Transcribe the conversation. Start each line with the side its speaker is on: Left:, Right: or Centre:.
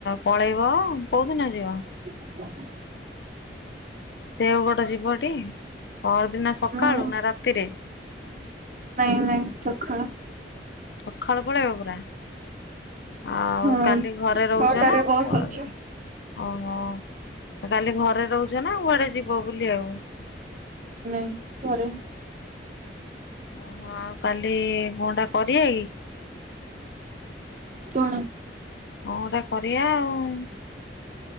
Left: ପଳେଇବ କୋଉଦିନ ଯିବ?
Right: ହଁ
Left: ଦେଓଗଡ଼ ଯିବଟି, ପର୍ ଦିନ ସକାଳୁ
Right: ହୁଁ
Left: ନା ରାତିରେ?
Right: ନାଇଁ ନାଇଁ ସଖାଳ।
Left: ସଖାଳୁ ପଳେଇବ ପୁରା? ଆଉ
Right: ହଁ
Left: କାଲି ଘରେ ରହୁଛ
Right: ଛଅଟାରେ
Left: ନା
Right: ବସ୍
Left: କୁଆଡେ?
Right: ଅଛି।
Left: ଓହୋ! କାଲି ଘରେ ରହୁଛ ନା, କୁଆଡେ ଯିବ ବୁଲିଆକୁ?
Right: ନାଇଁ ଘରେ
Left: ଓହ, ଆଉ କାଲି କଣ ଟା କରିଆ କି?
Right: କଣ?
Left: କଁ ଗୋଟେ କରିଆ ଆଉଁ?